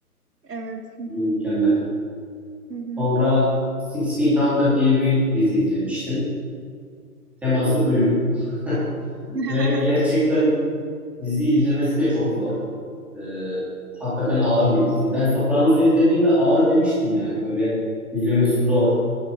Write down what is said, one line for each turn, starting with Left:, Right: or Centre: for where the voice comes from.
Right: Evet. Hı hı.
Centre: Oyunculuğu Mükemmel.
Right: Hı hı.
Centre: Sonra Six Feet Under diye bir dizi izlemiştim. Teması ölüm. <laughs>
Right: <laughs>
Centre: Ve gerçekten dizi izlemesi de çok zor. Ee, hakikaten ağır bir dizi. Ben Sopranos'u izlediğimde ağır demiştim yani böyle izlemesi zor